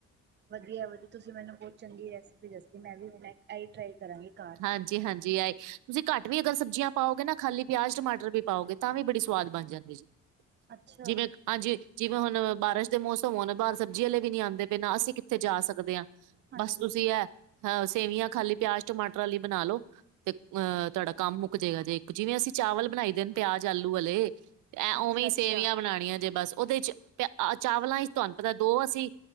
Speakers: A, on the right; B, on the right.
A: ਵਧੀਆ ਵਧੀਆ, ਤੁਸੀਂ ਮੈਨੂੰ ਬਹੁਤ ਚੰਗੀ ਰੈਸਿਪੀ ਦ ਮੈਂ ਵੀ ਹੁਣ ਇ ਟਰਾਈ ਕਰਾਂਗੀ। ਘਰ।
B: ਹਾਂਜੀ ਹਾਂਜੀ, ਆਏ ਤੁਸੀਂ ਘੱਟ ਵੀ ਅਗਰ ਸਬਜ਼ੀਆਂ ਪਾਓਗੇ ਨਾ ਖਾਲੀ, ਪਿਆਜ, ਟਾਟਰ, ਵੀ ਪਾਓਗੇ, ਤਾਂ ਵੀ ਬੜੀ ਸਵਾਦ ਬਣ ਜਾਂਦੀ ਜੀ।
A: ਅੱਛਾ,
B: ਜਿਵੇਂ, ਹਾਂਜੀ, ਜਿਵੇਂ ਹੁਣ ਬਾਰਿਸ਼ ਦੇ ਮੌਸਮ ਹੋਣ ਬਾਹਰ ਸਬਜ਼ੀ ਵਾਲੇ ਵੀ ਨ ਆਉਂਦੇ। ਬਿਨਾਂ ਅਸੀਂ ਕਿੱਥੇ ਜਾ ਸਕਦੇ ਹਾਂ।
A: ਹਾਂਜੀ,
B: ਬਸ ਤੁਸੀਂ ਹੈ। ਹਹ ਸੇਵੀਆਂ ਖਾਲੀ ਪਿਆਜ‌। ਟਮਾਟਰ, ਵਾਲੀ ਬਣਾ, ਲੋ ਤੇ ਅਹ ਤੁਹਾਡਾ ਕੰਮ ਮੁੱਕ ਜਾਏਗਾ, ਜੇ ਇੱਕ ਜਿਵੇਂ, ਅਸੀਂ ਚਾਵਲ ਬਣਾਈ ਦੇਨ ਪਿਆਜ ਆਲੂ ਵਾਲੇ ਐ
A: ਅੱਛਾ,
B: ਉਵੇਂ ਹੀ,
A: ਅੱਛਾ,
B: ਸੇਵੀਆਂ ਬਣਾਉਣੀਆਂ ਜੇ, ਬਸ, ਉਹਦੇ ਚ ਪਹ ਚਾਵਲਾਂ ਚ ਤੁਹਾਨੂੰ ਪਤਾ ਦੋ, ਅਸੀਂ